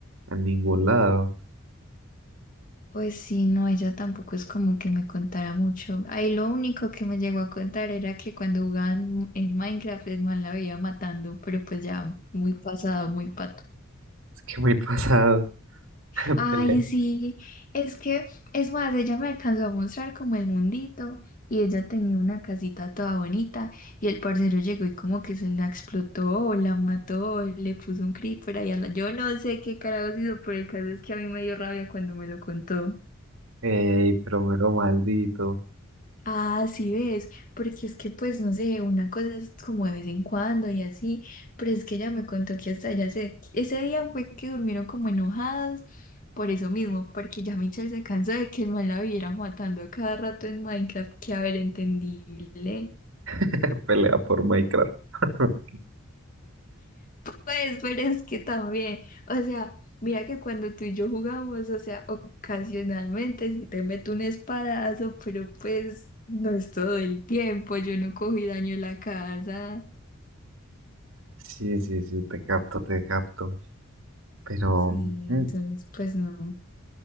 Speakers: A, on the right; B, on the left.
A: en ningún lado.
B: Pues sí, no, ella tampoco es como que me contara mucho. Ahí lo único que me llegó a contar era que cuando jugaban en Minecraft el man la veía matando, pero pues ya muy pasado, muy pato.
A: Es que muy pasado. <laughs>
B: Ay,
A: Pelea.
B: sí, es que, es más, ella me alcanzó a mostrar como el mundito y ella tenía una casita toda bonita y el parcero llegó y como que se la explotó, o la mató, o le puso un creeper ahí a la... Yo no sé qué carajos hizo, pero el caso es que a mí me dio rabia cuando me lo contó.
A: Ey, pero mero maldito.
B: Ah, sí ves, porque es que pues no sé, una cosa es como de vez en cuando y así, pero es que ella me contó que hasta allá se, ese día fue que durmieron como enojados por eso mismo, porque ya Michelle se cansó de que el man la viviera matando a cada rato en Minecraft, que a ver, entendible.
A: <laughs> Pelea por Minecraft. <laughs>
B: Pues, pero es que también, o sea, mira que cuando tú y yo jugamos, o sea, ocasionalmente si te meto un espadazo, pero pues no es todo el tiempo, yo no cogí daño en la casa.
A: Sí, sí, sí, te capto, te capto. Pero
B: Sí,
A: mm,
B: entonces pues no.